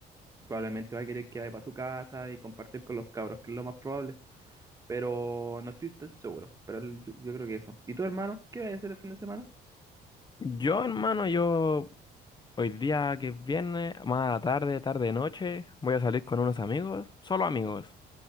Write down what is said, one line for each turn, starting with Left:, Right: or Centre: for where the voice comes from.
Right: Probablemente va a querer que vaya para su casa y compartir con los cabros, que es lo más probable. pero no estoy tan seguro. Pero el- yo, yo creo que eso. ¿Y tu hermano? ¿Qué vas a hacer el fin de semana?
Left: Yo, hermano, yo hoy día que es viernes, más a la tarde, tarde, noche, voy a salir con unos amigos, solo amigos,